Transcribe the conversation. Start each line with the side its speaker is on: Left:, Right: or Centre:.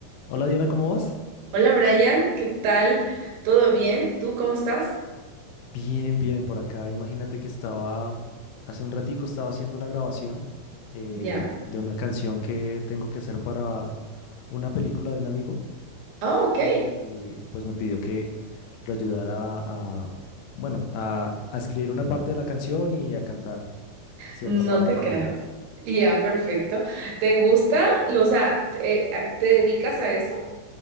Left: Hola Diana, ¿cómo vas?
Right: Hola Brian, ¿qué tal? ¿Todo bien? ¿Tú cómo estás?
Left: Bien, bien, por acá. Imagínate que estaba, hace un ratico estaba haciendo una grabación eh,
Right: Ya.
Left: de una canción que tengo que hacer para una película de un amigo
Right: Ah, ok.
Left: y pues me pidió que lo ayudara a, bueno, a, a escribir una parte de la canción y a cantar cierta
Right: No
Left: parte
Right: te
Left: también.
Right: creo. perfecto. Ya, perfecto. ¿Te gusta? Lo- O sea, te, a- te dedicas a eso?